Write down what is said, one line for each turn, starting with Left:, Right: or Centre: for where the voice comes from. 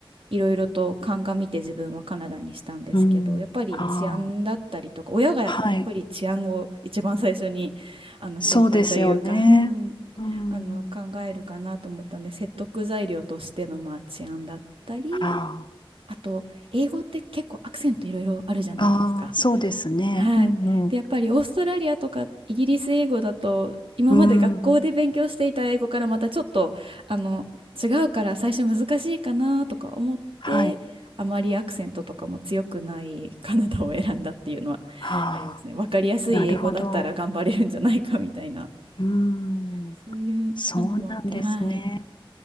Right: いろいろと鑑みて自分はカナダにしたんですけどやっぱり治安だったりとか親がややっぱり治安を一番最初にあの心配というか、
Left: うん。ああ、はい。そうですよね。
Right: <laughs> うん
Left: うん。
Right: あの考えるかなと思ったんで説得材料としてのまあ治安だったり
Left: あ
Right: あと英語って結構アクセントいろいろあるじゃないですか。
Left: あ、ああ、そうですね。
Right: はい。
Left: うんうん。
Right: で、やっぱりオーストラリアとかイギリス英語だと、今まで学校で勉強していた英語からまたちょっと、
Left: うん。
Right: あの、違うから最初難しいかなとか思って、
Left: はい。
Right: あまりアクセントとかも強くないカナダを選んだっていうのは
Left: ああ、
Right: ありますね。わかりやすい英語だったら頑張れるんじゃないかみたいな、
Left: なるほど。うーん、
Right: そういうなのもあって、
Left: そうなんですね。
Right: はい。